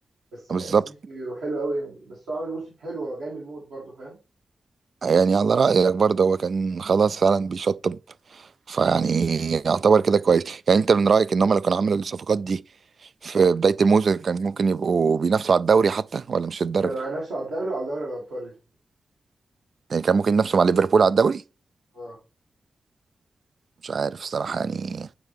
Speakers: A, on the right (about 85°); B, on the right (about 60°).
A: بس
B: بالظبط
A: سيسي حلو قوي يعني بس هو عامل موسم حلو هو جاي من الموت برضه فاهم
B: يعني على رأيك برضه هو كان خلاص فعلا بيشطب فيعني يعتبر كده كويس يعني انت من رأيك ان هم لو كانوا عملوا الصفقات دي في بداية الموسم كان ممكن يبقوا بينافسوا على الدوري حتى ولا مش الدرجة
A: كانوا هينافسوا على الدوري وعلى دوري الابطال
B: يعني كان ممكن ينافسوا مع ليفربول على الدوري
A: اه
B: مش عارف الصراحة يعني